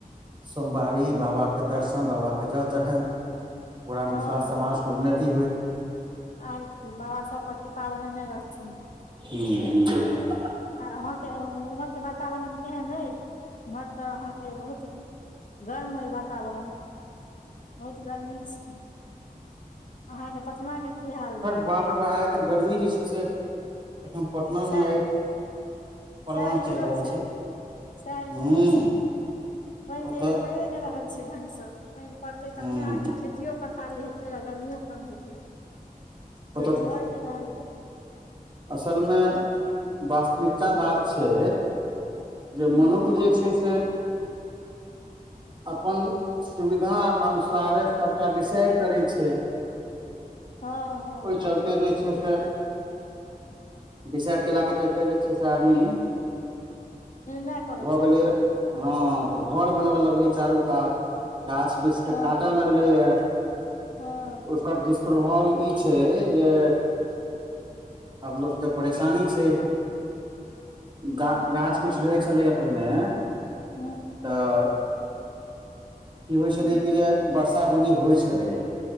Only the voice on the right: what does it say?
सोमबरी बाबा के दर्शन बाब के जल चढ़नि पूरा
मिथिला समाजके उन्नति होइ
ह ह
बापर बा तऽ गर्मी जे छै से एखन पटना
मे आइ परवान
चढ़ि रहल
हूं
ओतऽ
हूं
ओतऽ
असलमे वास्तविकता बात
छै जे
मनुष जे छै से अपन सुविधा अनुसारे सबटा डिसाइड करै छै
ओहि चलते जे छै से
डिसाइड के ला के चलत ह अच्छे से आदमी
भऽ
गेलै हँ तऽ घर बनबे लगले चारू कात गात गांछ बिछ के
काटे लगले य
ओकर दुष्प्रभाव ई छै जे आब लोकके परेशानी छै
गा गाछ वृक्ष रहै छलैए पहिने
तऽ की होइ
छलै कि जे वर्षा बुन्नी होइ छलैए